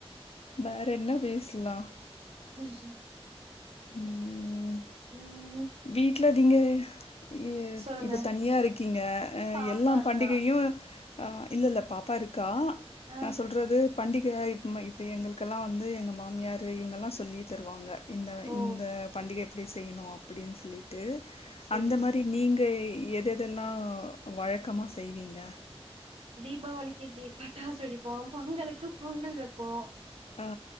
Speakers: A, on the left (about 70°); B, on the right (about 70°).
A: வேற என்ன பேசலா
B: ம்ம்
A: ம்
B: ம்
A: வீட்டுலதிங்க இ
B: சொல்லுங்க
A: இப்ப தனியா இருக்கீங்க ஆ
B: பாப்பா
A: எல்லா
B: இருக்கா
A: பண்டிகையு ஆ இல்ல இல்ல பாப்பா இருக்கா
B: ஆ
A: நான் சொல்றது பண்டிகை இப்ப இப்ப எங்களுக்கெல்லா வந்து எங்க மாமியார் இவங்கல்லா சொல்லி தருவாங்க இந்த
B: ஓ
A: இந்த பண்டிகை எப்டி செய்யணு அப்டின்னு சொல்லிட்டு
B: செரிங்கம்மா
A: அந்த மாரி நீங்க எதெதெல்லா வழக்கமா செய்வீங்க
B: தீபாவளிக்கு தீ பட்டாசு வெடிப்போ பொங்கலுக்கு பொங்கல் வைப்போ
A: ஆ